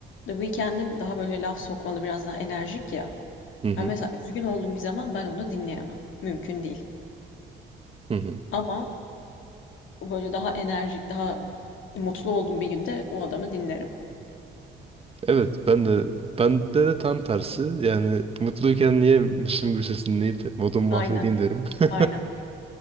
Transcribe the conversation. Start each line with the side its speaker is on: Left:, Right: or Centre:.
Left: The Weeknd'in daha böyle laf sokmalı, biraz daha enerjik ya.
Right: Hı hı.
Left: Ha mesela üzgün olduğum bir zaman ben onu dinleyemem. Mümkün değil.
Right: Hı hı.
Left: Ama o böyle daha enerjik, daha mutlu olduğum bir günde o adamı dinlerim.
Right: Evet ben de bende de tam tersi yani mutluyken niye Müslüm Gürses dinleyip modumu
Left: Aynen,
Right: mahvedeyim derim. <laughs>
Left: aynen.